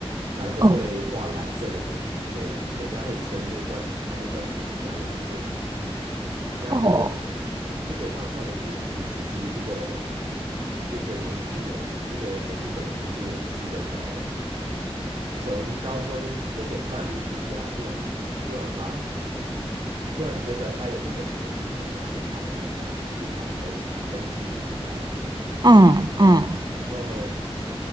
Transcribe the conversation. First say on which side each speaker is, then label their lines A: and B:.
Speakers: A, on the right (about 65°); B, on the right (about 40°).
A: 他都会画蓝色的东西，
B: 哦
A: 所以他人家会称那段他那段时期叫蓝色时期。那这个这这个漫画的故事，
B: 哦，
A: 其实是一个一个年轻人，一个日本的年轻人，试着考从高中有点半路出家，突然突然发发突然觉得他有那个决心，想要去考艺大，去考东东京艺术大学。
B: 嗯嗯，
A: 然后，